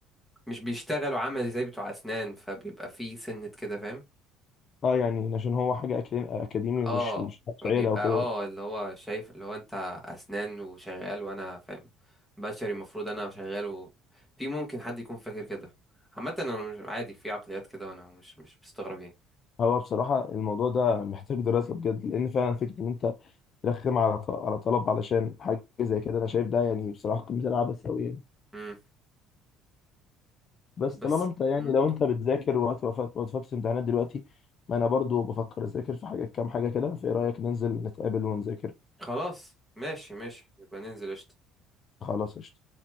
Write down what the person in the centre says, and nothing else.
مش بيشتغلوا عملي زي بتوع اسنان فبيبقى في سنة كده فاهم
اه
فبيبقى
اه اللي هو شايف اللي هو انت اسنان وشغال وانا فاهم بشري المفروض انا شغال و... في ممكن حد يكون فاكر كده عامة انا مش عادي في عقليات كده وانا مش مش مستغرب يعني
امم
بس
مم.
خلاص ماشي ماشي يبقى ننزل قشطة